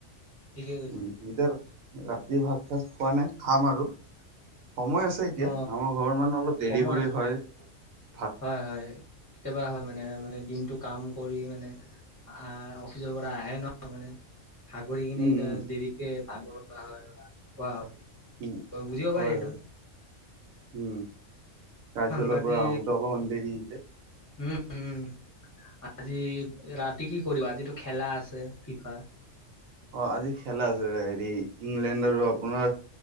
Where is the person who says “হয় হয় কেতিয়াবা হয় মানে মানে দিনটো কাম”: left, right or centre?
Left